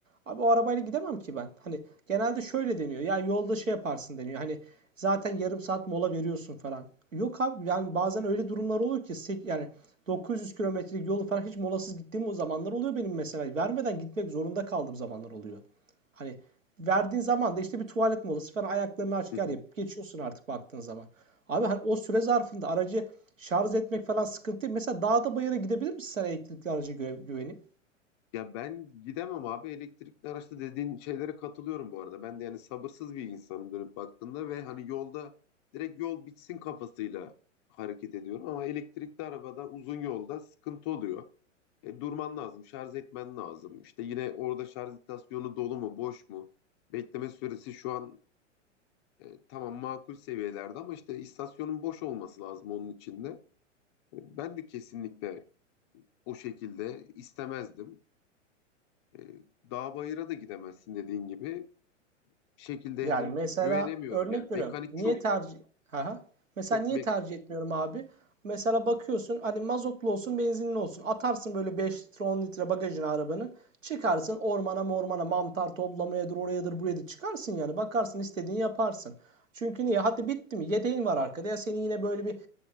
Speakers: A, on the right; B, on the left.
A: Abi o arabayla gidemem ki ben. Hani genelde şöyle deniyor. Ya yolda şey yaparsın deniyor. Hani zaten yarım saat mola veriyorsun falan. Yok abi yani bazen öyle durumlar oluyor ki yani 900 kilometrelik yolu falan hiç molasız gittiğim o zamanlar oluyor benim mesela. Vermeden gitmek zorunda kaldığım zamanlar oluyor. Hani verdiğin zaman da işte bir tuvalet molası falan ayaklarını açık
B: Hı hı.
A: yapıp geçiyorsun artık baktığın zaman. Abi hani o süre zarfında aracı şarj etmek falan sıkıntı değil. Mesela dağda bayıra gidebilir misin sen elektrikli araca güvenip?
B: Ya ben gidemem abi elektrikli araçta dediğin şeylere katılıyorum bu arada. Ben de yani sabırsız bir insanım dönüp baktığımda ve hani yolda direkt yol bitsin kafasıyla hareket ediyorum. Ama elektrikli arabada uzun yolda sıkıntı oluyor. E, durman lazım, şarj etmen lazım. İşte yine orada şarj istasyonu dolu mu, boş mu? Bekleme süresi şu an e, tamam makul seviyelerde ama işte istasyonun boş olması lazım onun içinde. E, Ben de kesinlikle o şekilde istemezdim. E, dağ bayıra da gidemezsin dediğin gibi. Bir şekilde
A: Yani
B: hem
A: mesela
B: güvenemiyorum
A: örnek
B: yani.
A: veriyorum.
B: Mekanik
A: Niye
B: çok
A: tercih Haha. Mesela
B: çok
A: niye
B: mek
A: tercih etmiyorum abi? Mesela bakıyorsun hani mazotlu olsun benzinli olsun. Atarsın böyle 5 litre 10 litre bagajına arabanın. Çıkarsın ormana mormana mantar toplamayadır orayadır buraya da çıkarsın yani. Bakarsın istediğini yaparsın. Çünkü niye? Hadi bitti mi? Yedeğin var arkada ya seni yine böyle bir